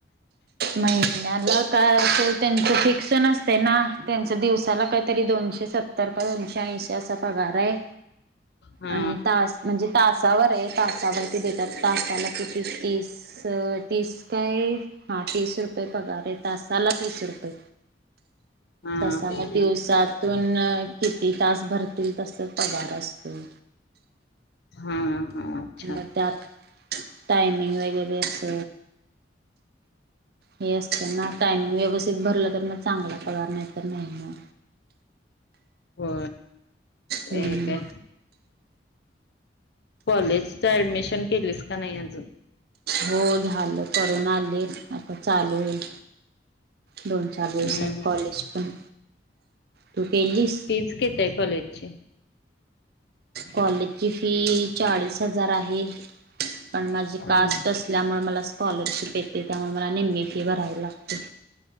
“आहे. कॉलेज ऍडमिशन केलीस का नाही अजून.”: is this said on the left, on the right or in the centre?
Left